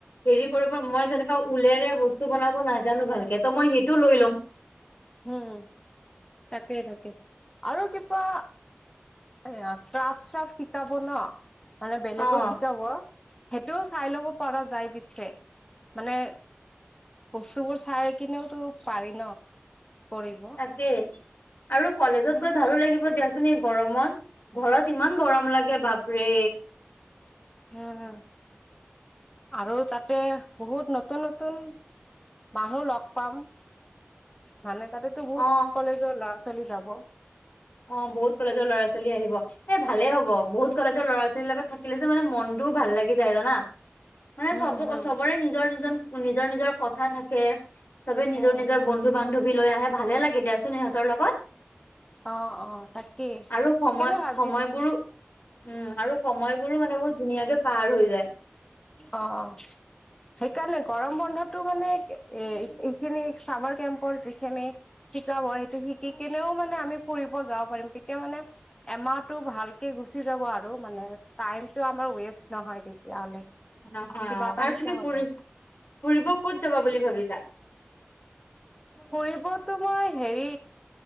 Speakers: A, on the left; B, on the left.
A: হেৰি কৰিব। মই যেনেকা উলেৰে বস্তু বনাব নাজানো ভালকে ত মই সেইটো লৈ লম
B: উম, তাকেই তাকেই আৰু কিবা এয়া ট্ৰাফ-শ্ৰাফ শিকাব ন, মানে বেলেগক
A: অ',
B: শিকাব সেইটো চাই লব পৰাা যায় পিছে। মানে বস্তুবোৰ চাই কিনেওতো পাৰি ন? কৰিব।
A: তাকেই আৰু কলেজত গৈ ভালো লাগিব দিয়াচোন গৰমত ঘৰত ইমান গৰম লাগে বাপৰে
B: উম, আৰু তাতে বহুত নতুন নতুন মানুহ লগ পাম। মানে তাতেতো বহুত
A: অ
B: কলেজৰ ল'ৰা ছোৱালী যাব।
A: অ, বহুত কলেজৰ ল'ৰা ছোৱালী আহিব। এ ভালে হব বহুত কলেজৰ ল'ৰা ছোৱালীৰ লগত থাকিলে যে মানে মন মনতটোও ভাল লাগি যায় জানা। মানে
B: হম
A: চব
B: হম
A: চবৰে নিজৰ নিজৰ নিজৰ নিজৰ কথা থাকে সবেই নিজৰ
B: হম
A: নিজৰ বন্ধু বান্ধৱ লৈ আহে ভালে লাগে দেচোন সিহঁতৰ লগত।
B: অ', অ', তাকেই
A: আৰু সময়
B: সিকেইতে ভাবিছোঁ
A: সময়বোৰো উম আৰু সময়বোৰো মানে বহুত ধুনীয়াকে পাৰ হৈ যায়।
B: অ', অ'। সেইকাৰণে গৰম বন্ধটো মানে এ এইখিনি চামাৰ কেম্পৰ যিখিনি শিকা হয় সেইটো শিকি কিনেও মানে আমি ফুৰিব যাব পাৰিম তেতিয়া মানে এমাহটো ভালকে গু চি যাব আৰু মানে টাইমতটো আমাৰ ৱেষ্ট নহয় তেতিয়াহ'লে
A: নহয়
B: কিবা
A: অ',
B: এটা
A: আৰু
B: শিকা
A: তুমি
B: হ'ব
A: ফুৰি ফুৰিব ক'ত যাবা বুলি ভাবিছা?
B: ফুৰিবতো মই হেৰি